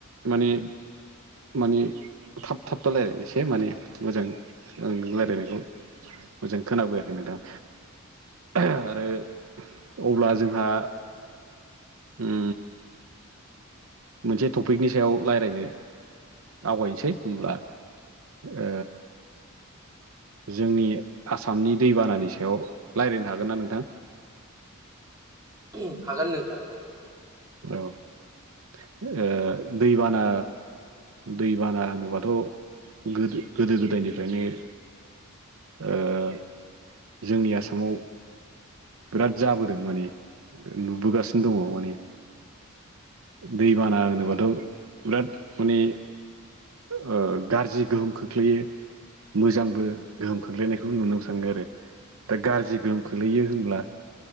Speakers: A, on the right; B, on the right.
A: माने माने थाब थाब दालाराय एसे माने मोजां आं नों रायज्लायनायखौ माेजां खोनाबोयाखै नोंथां आरो अब्ला जोंहा उम मोनसे टपिकनि सायाव लायरायनो आवगायसै होमब्ला ओ जोंनि आसामनि दैबानानि सायाव रायज्लायनो हागोन ना नोंथां
B: उम हागोन नोंथां औ
A: औ ओ दैबाना दै बाना होनोबाथ' गोदो-गोदायनिफ्रायनो ओ जोंनि आसामाव बिराद जाबोदों माने नुबोगासिनो दङ माने दै बाना होनोबाथ' बिराद माने ओ गाज्रि गोहोम खोख्लैयो मोजांबो गोहोम खोख्लैनायखौबो नुनो सानो आरो। दा गाज्रि गोहोम खोलैयो होनब्ला